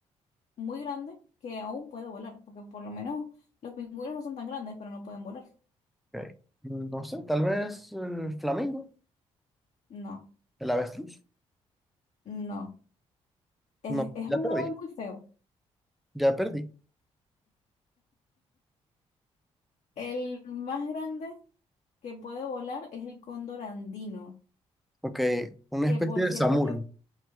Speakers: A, on the left; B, in the centre.
A: muy grande que aún puede volar, porque por lo menos los pingüinos no son tan grandes, pero no pueden volar.
B: Ok. No sé, tal vez el flamingo,
A: No,
B: el avestruz.
A: no. Es,
B: No,
A: es
B: ya
A: un
B: perdí,
A: ave muy feo.
B: ya perdí.
A: El más grande que puede volar es el cóndor andino.
B: Ok, una
A: Que
B: especie
A: por
B: de
A: cierto,
B: samuro,
A: yo.